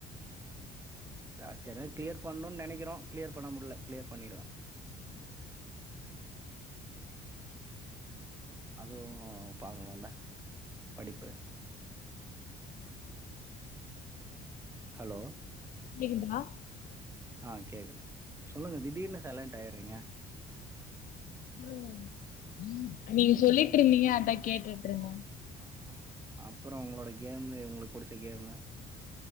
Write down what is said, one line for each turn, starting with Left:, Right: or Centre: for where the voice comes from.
Right: ஆ கரர் கிளியர் பண்ணுன் நெனைக்கிறோ கிளியர் பண்ண முடில கிளியர் பண்ணிடுவ அதுவு பாக்கணுல்ல படிப்பு
Left: ம்
Right: ஹலோ
Left: கேக்குதுண்ணா
Right: ஆ கேக்குது சொல்லுங்க திடீர்னு சைலன்ட் ஆயிறீங்க
Left: உம் உம் நீங்க சொல்லிட்டு இருந்தீங்க அதா கேட்டுட்டு இருந்தே
Right: ஹ அப்றோ உங்களோட கேமு உங்களுக்கு புடிச்ச கேமு